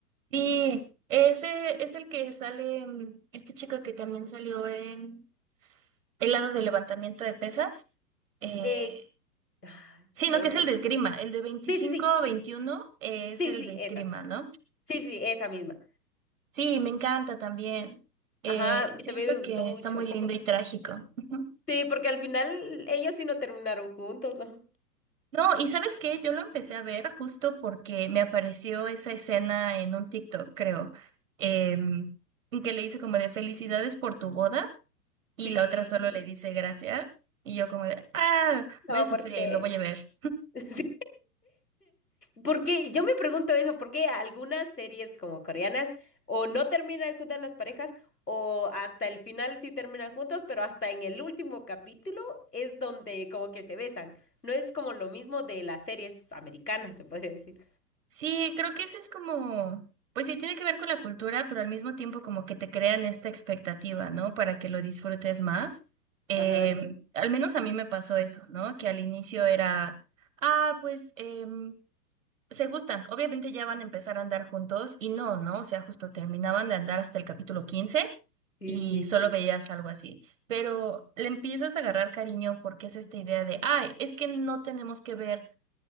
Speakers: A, on the right (about 55°); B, on the left (about 80°).
A: Sí, ese es el que sale, mm, este chico que también salió en el lado de levantamiento de pesas. Eh,
B: Eh, ah,
A: sí,
B: creo
A: no, que es
B: que
A: el de esgrima.
B: sí.
A: El de 25
B: Sí, sí, sí.
A: veintiuno es
B: Sí,
A: el
B: sí,
A: de esgrima,
B: esa.
A: ¿no?
B: Sí, sí, esa misma.
A: Sí, me encanta también. Eh,
B: Ajá, y
A: siento
B: también me
A: que
B: gustó mucho.
A: está muy
B: <laughs>
A: lindo y trágico. <laughs> Ujú.
B: Sí, porque al final ellos sí no terminaron juntos, ¿no?
A: No, y ¿sabes qué? Yo lo empecé a ver justo porque me apareció esa escena en un TikTok, creo, em, en que le hice como de felicidades por tu boda. y
B: Sí,
A: la otra solo le dice gracias y yo como de, ah, voy
B: no,
A: a sufrir,
B: porque...
A: lo voy a ver.
B: <laughs> Sí. Porque yo me pregunto eso, ¿Por qué algunas series como coreanas o no terminan juntas las parejas o hasta el final sí terminan juntos, pero hasta en el último capítulo es donde como que se besan. No es como lo mismo de las series americanas, se podría decir.
A: Sí, creo que eso es como, pues sí, tiene que ver con la cultura, pero al mismo tiempo como que te crean esta expectativa, ¿no? Para que lo disfrutes más. Eh,
B: Ajá,
A: al menos a mí me pasó eso, ¿no? Que al inicio era, ah, pues... eh, Se gustan, obviamente ya van a empezar a andar juntos y no, ¿no? O sea, justo terminaban de andar hasta el capítulo 15
B: sí,
A: y
B: sí.
A: solo veías algo así, pero le empiezas a agarrar cariño porque es esta idea de, ay, es que no tenemos que ver